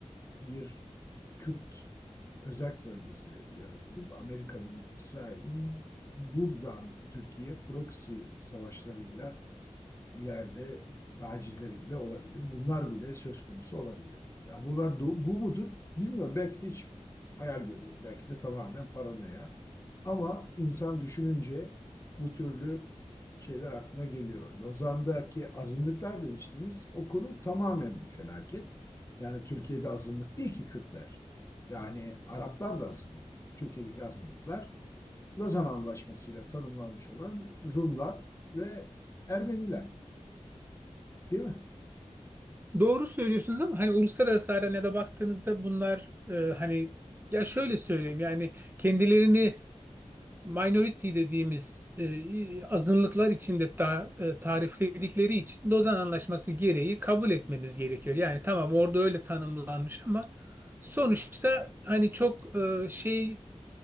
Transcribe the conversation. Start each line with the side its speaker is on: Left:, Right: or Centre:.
Left: bir Kürt özerk bölgesi yaratılıp Amerika'nın, İsrail'in buradan Türkiye proxy savaşlarıyla ileride tacizleri bile olabilir. Bunlar bile söz konusu olabilir. Ya bunlar do- bu mudur? Bilmiyorum. Belki de hiç hayal görüyorum. Belki de tamamen paranoya. Ama insan düşününce bu türlü şeyler aklına geliyor. Lozan'daki azınlıklar demiştiniz. O konu tamamen bir felaket. Yani Türkiye'de azınlık değil ki Kürtler. Yani Araplar da azınlıktı. Türkiye'deki azınlıklar Lozan Anlaşması'yla tanımlanmış olan Rumlar ve Ermeniler. Değil mi?
Right: Doğru söylüyorsunuz ama hani uluslararası arenaya baktığınızda bunlar e, hani ya şöyle söyleyeyim yani kendilerini minority dediğimiz e, azınlıklar içinde ta, e, tarifledikleri için Lozan Anlaşması gereği kabul etmemiz gerekiyor. Yani tamam orada öyle tanımlanmış ama sonuçta hani çok e, şey